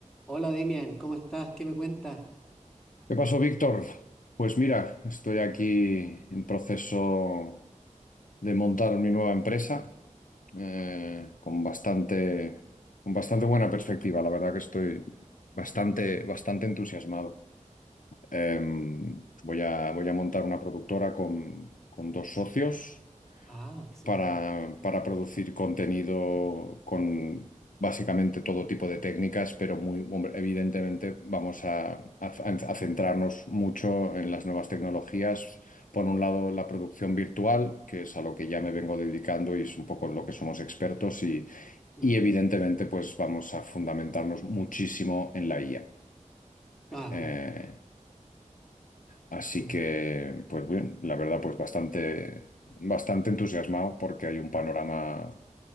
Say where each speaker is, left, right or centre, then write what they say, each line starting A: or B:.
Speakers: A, in the centre; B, on the left.
A: Hola Demian, ¿cómo estás? ¿Qué me cuentas?
B: ¿Qué pasó, Víctor? Pues mira, estoy aquí en proceso de montar mi nueva empresa eh, con bastante, con bastante buena perspectiva. La verdad que estoy bastante, bastante entusiasmado. Eh, voy a, voy a montar una productora con, con dos socios
A: Ah, excelente.
B: para, para producir contenido con básicamente todo tipo de técnicas, pero muy, hombre, evidentemente vamos a, a- a centrarnos mucho en las nuevas tecnologías. Por un lado, la producción virtual, que es a lo que ya me vengo dedicando y es un poco en lo que somos expertos, y,
A: Ujú.
B: y evidentemente, pues vamos a fundamentarnos muchísimo en la IA.
A: Ah,
B: Eh,
A: claro.
B: así
A: El-
B: que, pues bien, la verdad, pues bastante, bastante entusiasmado porque hay un panorama